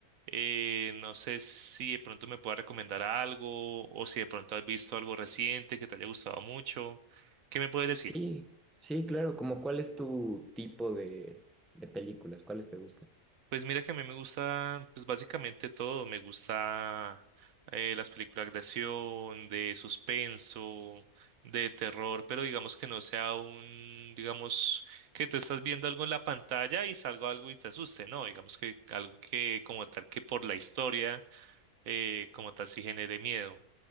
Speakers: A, on the right; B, in the centre.
A: Eh, no sé si de pronto me puedas recomendar algo o si de pronto has visto algo reciente que te haya gustado mucho. ¿Qué me puedes decir?
B: Sí, sí, claro, como cuál es tu tipo de, de películas, ¿cuáles te gustan?
A: Pues mira que a mí me gusta, pues básicamente todo. Me gusta eh, las películas de acción, de suspenso, de terror, pero digamos que no sea un, digamos, que tú estás viendo algo en la pantalla y salga algo y te asuste, ¿no? Digamos que algo que como tal que por la historia, eh, como tal sí genere miedo.